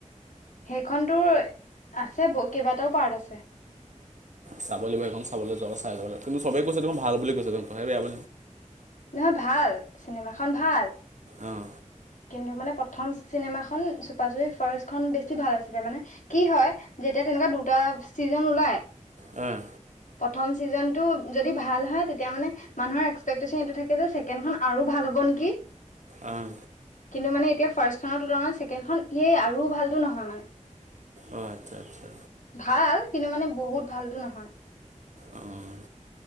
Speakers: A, on the left (about 75°); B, on the right (about 65°).
A: সেইখনতো আছে কেইবাটাও পাৰ্ট আছে
B: চাব লাগিব সেই চাবলৈ যাব চাই যাব লাগিব কিন্তু চবেই কৈছে ত মোক ভাল বুলি কৈছ সেই বেয়াব
A: ন ভাল চিনেমাখন ভাল
B: আহ,
A: কিন্তু মানে প্ৰথম চিনেমা খন চুপা চুপি ফাৰ্ষ্ট খন বেছি ভাল আছিলে মানে কি হয় যেতিয়া তেনেকুৱা দুটা ছিজন ওলাই
B: হুম,
A: প্ৰথম ছিজন টো যদি ভাল হয়, তেতিয়া মানে মানুহৰ একস্কপেক্ট এইটো থাকে যে ছেকেণ্ডখন আৰু ভাল হ'ব নেকি?
B: আহ।
A: কিন্তু মানে এতিয়া ফাৰ্ষ্টখনৰ তুলনাত ছেকেণ্ডখন সেই আৰু ভালটো নহয় মানে
B: অঁ আচ্ছা আচ্ছা
A: ভাল কিন্তু মানে বহুত ভালতটো নহয়
B: অ',